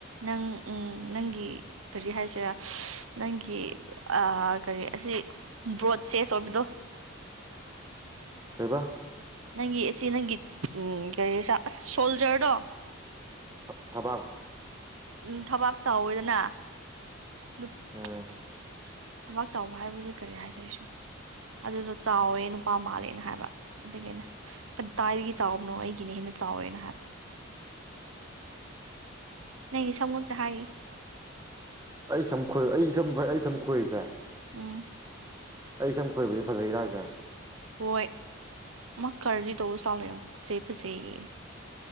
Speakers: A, on the right; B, on the right.
A: ꯅꯪ ꯎꯝ ꯅꯪꯒꯤ ꯀꯔꯤ ꯍꯥꯏꯁꯤꯔꯥ ꯅꯪꯒꯤ ꯀꯔꯤ ꯑꯁꯤ ꯕ꯭ꯔꯣꯗ ꯆꯦꯁ ꯑꯣꯏꯕꯗꯣ
B: ꯀꯩꯕ
A: ꯅꯪꯒꯤ ꯑꯁꯤ ꯅꯪꯒꯤ ꯎꯝ ꯀꯔꯤ ꯑꯁ ꯁꯣꯜꯖꯔꯗꯣ
B: ꯊꯕꯥꯡ
A: ꯎꯝ ꯊꯕꯥꯛ ꯆꯥꯎꯋꯦꯗꯅ ꯅꯨꯄ
B: ꯎꯝ
A: ꯎꯁ <inaudible> ꯊꯕꯥꯛ ꯆꯥꯎꯕ ꯍꯥꯏꯕꯗꯤ ꯀꯔꯤ ꯍꯥꯏꯁꯦ ꯑꯩꯁꯨ ꯑꯗꯨꯗꯣ ꯆꯥꯎꯋꯦ ꯅꯨꯄꯥ ꯃꯥꯜꯂꯦꯅ ꯍꯥꯏꯕ ꯑꯗꯨꯒꯤꯅꯦ ꯀ ꯀꯥꯏꯗꯒꯤ ꯆꯥꯎꯕꯅꯣ ꯑꯩꯒꯤꯅ ꯍꯦꯟꯅ ꯆꯥꯎꯋꯦꯅ ꯍꯥꯏꯕ ꯅꯪ ꯁꯃ ꯊꯥꯏ
B: ꯑꯩ ꯁꯝ ꯈꯣꯏ ꯑꯩ ꯁꯝ ꯐꯩ ꯑꯩ ꯁꯝ ꯈꯣꯏꯔꯤꯁꯦ
A: ꯎꯝ
B: ꯑꯩ ꯁꯝ ꯈꯣꯏꯕꯁꯦ ꯐꯖꯩꯔꯥꯁꯦ
A: ꯍꯣꯏ ꯃꯥ ꯈꯔꯗꯤ ꯇꯧꯕ ꯆꯥꯜꯂ ꯌꯥꯝ ꯄꯛꯆꯩ ꯐꯖꯩꯌꯦ